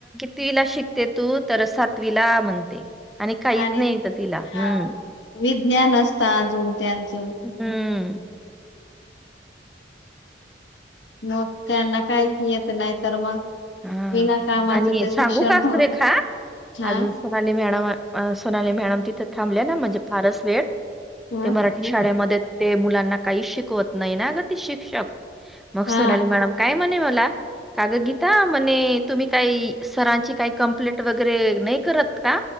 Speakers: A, in the centre; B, on the left.
A: किती ला शिकते तु? तर सातवीला म्हणते. काहीच
B: आणि
A: नाही येत तिला
B: हा
A: हम्म
B: विज्ञान असत अजून त्यांच
A: हम्म,
B: मग त्यांना काहीच येत नाही तर मग
A: हा
B: विना कामाच
A: आणि
B: ते
A: सांगू
B: शिक्षण
A: का सुरेखा
B: हा
A: अजून सोनाली मॅडम सोनाली मॅडम तिथे थांबले ना, म्हणजे फारच वेळ
B: हा
A: ते मराठी शाळेमध्ये ते मुलांना काय काहीच शिकवत नाही ना गं, ती शिक्षक मग
B: हा
A: सोनाली मॅडम काय म्हणे मला का गं गी हा, म्हणे तुम्ही काही सरांची काही कंप्लेट वगैरे नाही करत का?